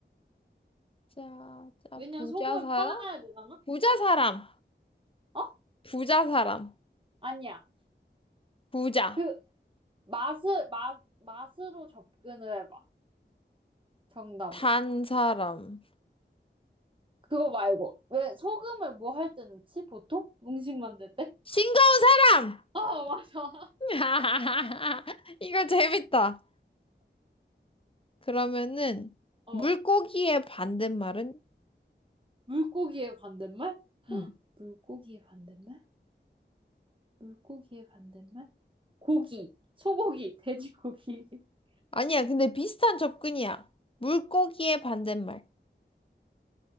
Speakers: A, on the left (about 30°); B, on the right (about 25°).
A: 짜, 짜,
B: 왜냐면
A: 부자
B: 소금을
A: 사람?
B: 팔아야 되잖아?
A: 부자 사람!
B: 어?
A: 부자 사람.
B: 아니야.
A: 부자.
B: 그, 맛을, 맛, 맛으로 접근을 해봐. 정답을.
A: 단 사람.
B: 그거 말고. 왜 소금을 뭐 할 때 넣지? 보통? 음식 만들 때?
A: 싱거운 사람!
B: 어, 맞아.
A: <laughs> 이거 재밌다. 그러면은
B: 어.
A: 물고기의 반대말은?
B: 물고기의 반대말?
A: 음.
B: 물고기의 반대말? 물고기의 반대말? 고기. 소고기. 돼지고기. <laughs>
A: 아니야, 근데 비슷한 접근이야. 물고기의 반대말.